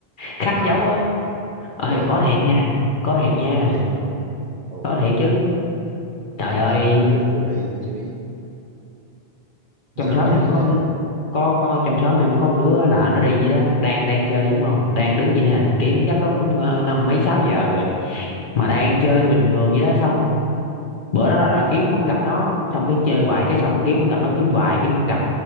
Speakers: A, on the left (about 55°); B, on the right (about 55°).
A: khắc
B: À,
A: dấu á ơi
B: biết à,
A: có thiệt nha có thiệt nha
B: có thiệu luôn. Ồ,
A: có thiệt chứ trời ơi
B: anh giờ đó giờ chưa bị mới chưa biết.
A: trong
B: Sao
A: xóm
B: kể
A: em
B: nghe
A: có
B: cha.
A: có có trong xóm em có con đứa là nó đi gì đó đang đang chơi đúng không đang đứng vậy ha kiếm chắc đó cũng ờ, năm mấy sáu giờ rồi mà đang chơi bình thường vậy đó xong bữa đó là kiếm không có gặp nó xong cái chơi hoài cái xong kiếm không gặp nó kiếm hoài kiếm không gặp